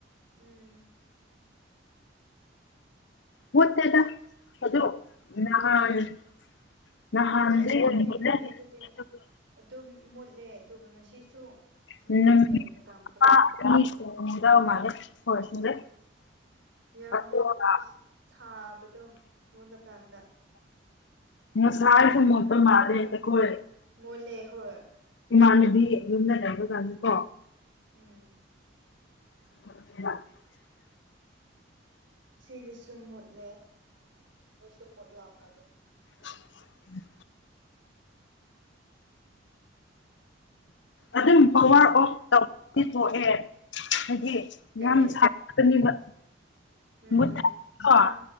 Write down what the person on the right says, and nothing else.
ꯎꯝ
ꯍꯣꯏ ꯑꯗꯨꯒꯤ
ꯅꯨꯃꯤꯠꯇꯨꯗꯤ
ꯑꯗꯨꯝ ꯃꯨꯠꯂꯦ ꯑꯗꯨꯒ ꯉꯁꯤꯁꯨ
ꯃꯨꯠꯂꯦ ꯃꯇꯝ ꯈꯔ꯭
ꯋꯥꯝ
ꯃꯨꯠ ꯁꯨ ꯁꯥ ꯗꯣ ꯃꯨꯠꯂꯀꯥꯟꯗ
ꯃꯨꯠꯂꯦ ꯍꯣꯏ
ꯎꯝ
ꯁꯤꯗꯁꯨ ꯃꯨꯠꯂꯦ ꯑꯗꯁꯨ ꯃꯨꯠꯂꯝꯒꯅꯤ
ꯀꯔꯤ
ꯎꯝ
ꯁꯥ